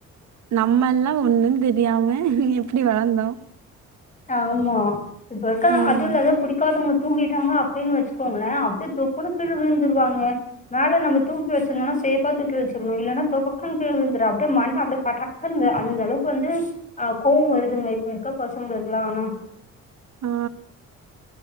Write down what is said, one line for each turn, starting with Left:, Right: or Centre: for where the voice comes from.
Right: நம்மெல்லா ஒண்ணுந்தெரியாம எப்டி வளந்தோ
Left: ஆமா இப்ப இருக்க
Right: ம்
Left: அதுவு இல்லாத புடி க்காதவங்க தூங்கிட்டாங்க அப்டின்னு வச்சுக்கோங்களே அப்டியே தொப்புனு கீழ விழுந்துருவாங்க மேல நம்ம தூக்கி வச்சிருந்தாலு சே ப்பா தூக்கி வச்சிடணு இல்லனா தொபக்குனு கீழ விழுந்துறா அப்டியே மண்ட அப்டியே படாக்குன்து அந்தளவுக்கு வந்து ஆ கோவம் வருதுங்க இப்போக்கா பசங்க இருக்கலா ஆனா
Right: ஆ